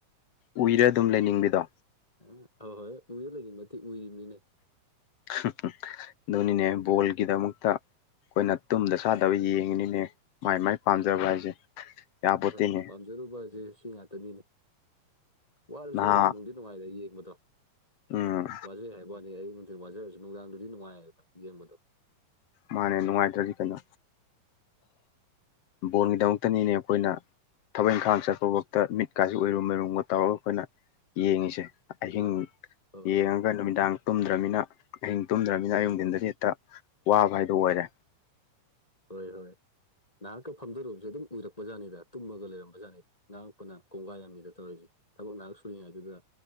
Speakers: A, on the left (about 65°); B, on the left (about 20°).
A: ꯎꯏꯔ ꯑꯗꯨꯝ ꯂꯩꯅꯤꯡꯕꯤꯗꯣ
B: <unintelligible> ꯍꯣꯏ ꯎꯏꯔꯥ ꯂꯩꯔꯤꯝ ꯅꯠꯇꯦ ꯎꯏꯔꯤꯝꯃꯤꯅꯦ
A: <unintelligible> ꯑꯗꯨꯅꯤꯅꯦ ꯕꯣꯜꯒꯤꯗꯃꯛꯇ ꯑꯩꯈꯣꯏꯅ ꯇꯨꯝꯗ ꯆꯥꯗꯕ ꯌꯦꯡꯉꯤꯅꯤꯅꯦ ꯃꯥꯏ ꯃꯥꯏ ꯄꯥꯝꯖꯕ ꯍꯥꯏꯁꯦ ꯌꯥꯄꯣꯠꯇꯦꯅꯦ
B: ꯍꯣꯏ ꯄꯥꯝꯖꯔꯨꯕꯁꯦ ꯁꯤ ꯉꯥꯛꯇꯅꯤꯅꯦ ꯋꯥꯔꯁꯨ
A: ꯅꯍꯥ
B: ꯋꯥꯅ ꯅꯨꯡꯗꯤꯠ ꯅꯨꯡꯉꯥꯏꯔꯦ ꯌꯦꯡꯕꯗꯣ
A: ꯎꯝ
B: ꯋꯥꯖꯩ ꯍꯥꯏꯕꯩ ꯋꯥꯅꯤ <unintelligible> <unintelligible> ꯋꯥꯖꯔꯁꯨ ꯅꯨꯡꯗꯥꯡꯗꯨꯗꯤ ꯅꯨꯡꯉꯥꯏꯌꯦꯕ ꯌꯦꯡꯕꯗꯣ
A: ꯃꯥꯅꯦ ꯅꯨꯡꯉꯥꯏꯇ꯭ꯔꯗꯤ ꯀꯩꯅꯣ ꯕꯣꯜꯒꯤꯗꯃꯛꯇꯅꯤꯅꯦ ꯑꯩꯈꯣꯏꯅ ꯊꯕꯛ ꯏꯪꯈꯥꯡ ꯆꯠꯄꯕꯣꯗ ꯃꯤꯠ ꯀꯥꯏꯁꯤ ꯎꯏꯔꯨꯝ ꯎꯔꯨꯝꯕ ꯇꯧꯔꯒ ꯑꯩꯈꯣꯏꯅ ꯌꯦꯡꯉꯤꯁꯦ ꯑꯍꯤꯡ
B: ꯑꯥ ꯍꯣꯏ
A: ꯌꯦꯡꯉꯒ
B: ꯍꯣꯏ
A: ꯅꯨꯃꯤꯗꯥꯡ ꯇꯨꯝꯗ꯭ꯔꯝꯅꯤꯅ ꯑꯍꯤꯡ ꯇꯨꯝꯗ꯭ꯔꯝꯅꯤꯅ
B: ꯎꯝ
A: ꯑꯌꯨꯅꯨꯡꯊꯤꯟꯗꯗꯤ ꯍꯦꯛꯇ ꯋꯥꯕ ꯍꯥꯏꯗꯣ ꯑꯣꯏꯔꯦ
B: ꯍꯣꯏ ꯍꯣꯏ ꯅꯍꯥꯛꯀ ꯐꯝꯗꯣꯔꯨꯕꯁꯦ ꯑꯗꯨꯝ ꯎꯏꯔꯛꯄꯖꯥꯠꯅꯤꯗ ꯇꯨꯝꯃꯒ ꯂꯩꯔꯝꯕꯖꯥꯠꯅꯤꯗ ꯉꯥꯡꯉꯛꯄꯅ ꯀꯣꯡꯒꯥꯏ ꯑꯥꯝꯅꯤꯗ ꯇꯧꯔꯛꯏꯁꯦ ꯊꯕꯛ ꯅꯍꯥꯛ ꯁꯨꯔꯤꯉꯩꯗꯨꯗ